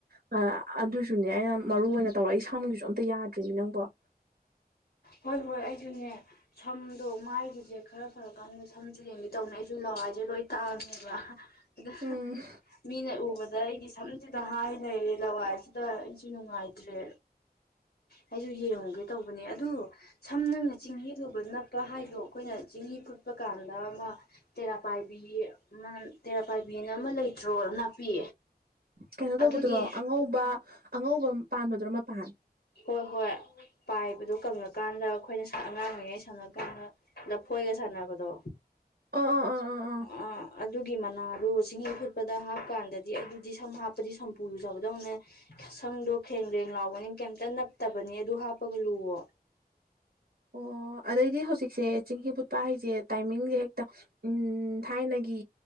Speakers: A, on the right; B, on the left.
A: ꯑ ꯑꯗꯨꯁꯨꯅꯦ ꯑꯩꯅ ꯃꯔꯨ ꯑꯣꯏꯅ ꯇꯧꯔꯛꯏ ꯁꯝꯒꯤꯁꯨ ꯑꯝꯇ ꯌꯥꯗ꯭ꯔꯦꯃꯤ ꯅꯪꯕꯣ
B: ꯍꯣꯏ ꯍꯣꯏ ꯑꯩꯁꯨꯅꯦ ꯁꯝꯗꯣ ꯃꯥꯏꯒꯤꯁꯦ ꯈꯔ ꯐꯔꯀꯥꯟꯗ ꯁꯝꯖꯦ ꯌꯦꯡꯒꯦ ꯇꯧꯅꯦ ꯑꯩꯁꯨ ꯂꯋꯥꯏꯁꯦ ꯂꯣꯏ ꯇꯥꯡꯉꯦꯕ <unintelligible>
A: ꯎꯝ
B: ꯃꯤꯅ ꯎꯕꯗ ꯑꯩꯒꯤ ꯁꯝꯖꯤꯇ ꯍꯥꯏ ꯂꯩꯔꯦ ꯂꯋꯥꯏꯁꯤꯗ ꯑꯩꯁꯨ ꯅꯨꯡꯉꯥꯏꯇ꯭ꯔꯦ ꯑꯩꯁꯨ ꯌꯦꯡꯉꯨꯒꯦ ꯇꯧꯕꯅꯦ ꯑꯗꯨ ꯁꯝ ꯅꯪꯅ ꯆꯤꯡꯍꯤꯂꯨꯕ ꯅꯞꯄ ꯍꯥꯏꯗꯣ ꯈꯣꯏꯅ ꯆꯤꯡꯍꯤ ꯐꯨꯠꯄ ꯀꯥꯟꯗ ꯑꯃ ꯇꯦꯔꯥ ꯄꯥꯏꯕꯤ ꯑꯃ ꯇꯦꯔꯥ ꯄꯥꯏꯕꯤꯅ ꯑꯃ ꯂꯩꯇ꯭ꯔꯣ ꯅꯥꯄꯤ
A: ꯀꯩꯅꯣ ꯇꯧꯕꯗꯨꯔꯣ
B: ꯑꯗꯨꯒꯤ
A: ꯑꯉꯧꯕ ꯑꯉꯧꯕ ꯄꯥꯟꯕꯗꯨꯔꯣ ꯃꯄꯥꯟ
B: ꯍꯣꯏ ꯍꯣꯏ ꯄꯥꯏꯕꯗꯣ ꯀꯪꯉꯀꯥꯟꯗ ꯑꯩꯈꯣꯏꯅ ꯁ ꯑꯉꯥꯡ ꯑꯣꯏꯔꯤꯉꯩ ꯁꯪꯉꯀꯥꯟꯗ ꯂꯐꯣꯏꯒ ꯁꯥꯟꯅꯕꯗꯣ
A: ꯑꯥ ꯑꯥ ꯑꯥ ꯑꯥ ꯑꯥ
B: ꯑ ꯑꯗꯨꯒꯤ ꯃꯅꯥꯗꯨ ꯆꯤꯡꯍꯤ ꯐꯨꯠꯄꯗ ꯍꯥꯞꯀꯥꯟꯗꯗꯤ ꯑꯗꯨꯗꯤ ꯁꯝ ꯍꯥꯞꯄꯗꯤ ꯁꯝꯄꯨ ꯂꯨꯖꯕꯗꯧꯅꯦ ꯁꯪꯗꯣ ꯈ꯭ꯔꯦꯡꯗ꯭ꯔꯦꯡ ꯂꯥꯎꯕꯅꯤ ꯀꯩꯝꯇ ꯅꯞꯇꯕꯅꯤ ꯑꯗꯨ ꯍꯥꯞꯄꯒ ꯂꯨꯑꯣ
A: ꯑꯣ ꯑꯗꯩꯗꯤ ꯍꯧꯖꯤꯛꯁꯦ ꯆꯦꯡꯍꯤ ꯐꯨꯠꯄ ꯍꯥꯏꯁꯦ ꯇꯥꯏꯃꯤꯡꯁꯦ ꯍꯦꯛꯇ ꯎꯝ ꯊꯥꯏꯅꯒꯤ